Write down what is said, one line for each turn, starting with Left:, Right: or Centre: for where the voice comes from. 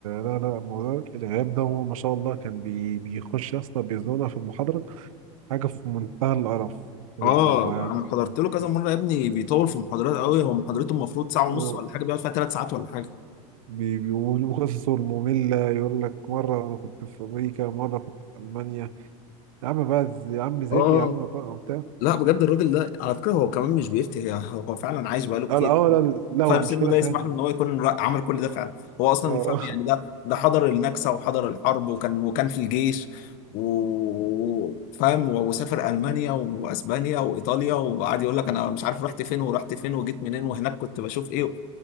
Right: لا لا موضوع الغياب ده هو ما شاء الله كان بي بيخش يا اسطى بيزنقنا في المحاضره حاجة في منتهى القرف بجد
Left: اه
Right: والله
Left: انا حضرت له كذا مره يا ابني بيطول في المحاضرات قوي هو محاضرته المفروض ساعه
Right: و-
Left: ونص ولا حاجه بيقعد فيها ثلاث ساعات ولا حاجه
Right: بي- بيقولوا قصصه المملة يقول لك مرة أنا كنت في أمريكا مرة كنت في ألمانيا يا عم بقى ز- يا عم زيتي
Left: اه
Right: يا عم بقى وبتاع
Left: لا بجد الراجل ده على فكره هو كمان مش بيفتي هو فعلا عايش بقاله كتير
Right: قال اه لا لا
Left: فسنه
Right: هو المشكلة
Left: ده
Right: فين
Left: يسمح له ان هو يكون را- عمل كل ده فعلا هو اصلا
Right: اه
Left: يفهم يعني ده ده حضر النكسه وحضر الحرب وكان وكان في الجيش و- وفاهم و- وسافر المانيا واسبانيا وايطاليا وقعد يقول لك انا مش عارف رحت فين ورحت فين وجيت منين وهناك كنت بشوف ايه